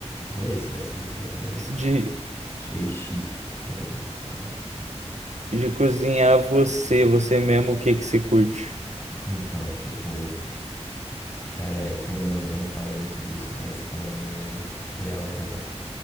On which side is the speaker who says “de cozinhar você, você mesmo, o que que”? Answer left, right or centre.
Right